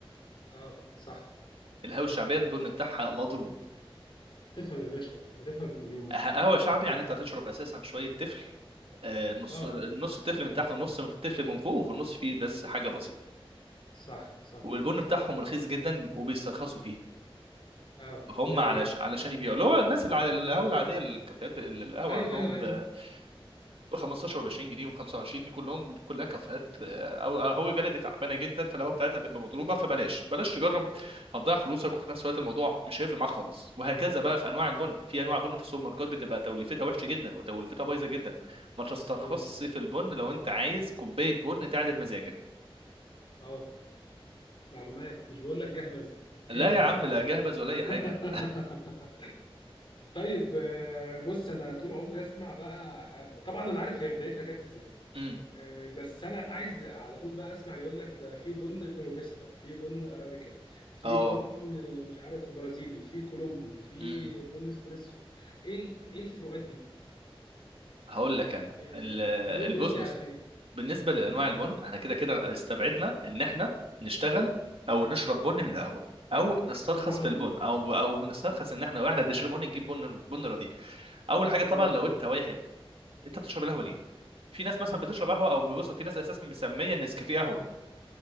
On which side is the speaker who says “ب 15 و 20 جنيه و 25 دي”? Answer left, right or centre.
Right